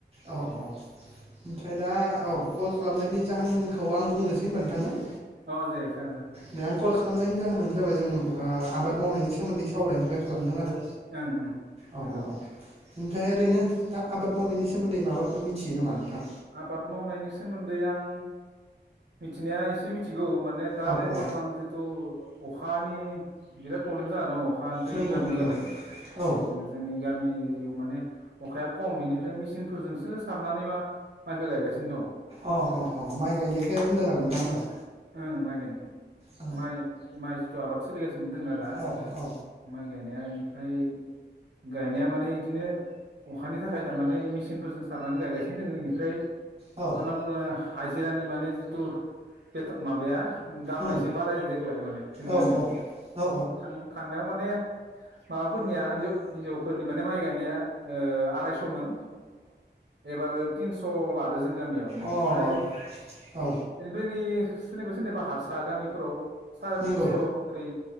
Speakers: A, on the right (about 35°); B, on the right (about 60°).
A: औ औ ओमफ्राय दा औ कल खालामनायनि जाहोनखौ आं बुंनोसै होनबा नोंथांनो
B: औ दो जागोन जागोन
A: दे आं कल खालामनायनि जाहोनानो जाबाय जों आबाद मावनायनि सोमोन्दै सावरायनो थाखाय खालामदों आरो
B: ओं ओं
A: औ
B: नंगौ
A: औ औ ओमफ्राय ओरैनो दा आबाद मावनायनि सोमोन्दै माबाफोर मिथियो नामा नोंथां
B: आबाद मावनायनि सोमोन्दै आं मिथिनाया एसे मिथिगौ खौ माने दा
A: औ
B: बरथमान
A: औ
B: जितु अखानि बिराद प्रब्लेम जाना दङ अखा दै
A: नंगौ
B: नांगौ
A: नंगौ
B: जादों
A: औ
B: जोंनि गामि एरियायाव माने अखाया खम बेनिफ्राय मेचिनफोरजोंसो सारनानै मा माइखौ गायगासिनो दं
A: अह माइ गायनायखौ होनदों आरो नोंथाङा होमबा
B: ओं माइ माइ
A: औ
B: माइ जिथु आबाद सोलिगासिनो दंना दा
A: औ औ
B: माइ गायनाया ओमफ्राय गायनाया माने इदिनो अखानि थाखाय थारमाने मेसिनफोरजों सारनानै गायगासिनो दोङो बेनिफ्राय
A: औ
B: मा होनना बुङो हाजिरानि माने जिथु माबाया दामा
A: उम
B: एसे बारायदो देग्लाय माने जोंनि
A: औ
B: गामियाव
A: औ
B: थां थांनायाव माने माबाफोरनिया हिन्जावफोरनि माने माइ गायनाया आरायस'मोन एबार तिनस' ला दों जों गामियाव बेनिफ्राय
A: औ अ
B: बेनिफ्राय
A: औ
B: नै सोरनिबा सोरनिबा हारसा गामिफोराव साराय
A: नंगौ
B: तिनस' ओरै